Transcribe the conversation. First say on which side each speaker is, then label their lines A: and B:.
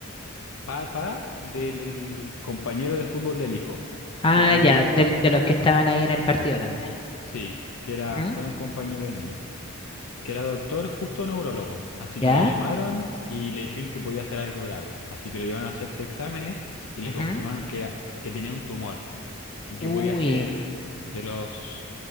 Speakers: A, on the left; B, on the left.
A: papá del compañero de fútbol del hijo,
B: Ah,
A: que era un
B: ya,
A: doctor,
B: de, de los que estaban ahí en el partido también.
A: sí, que era
B: Ujú,
A: papá de un compañero del niño. que era doctor, justo neurólogo. Así
B: ¿Ya?
A: que lo llamaron y le dijeron que podía ser algo grave. Así que lo llevaron a hacerse exámenes y le
B: ujú.
A: confirmaron que era, que tenía un tumor y que
B: Uy.
A: podía ser de los,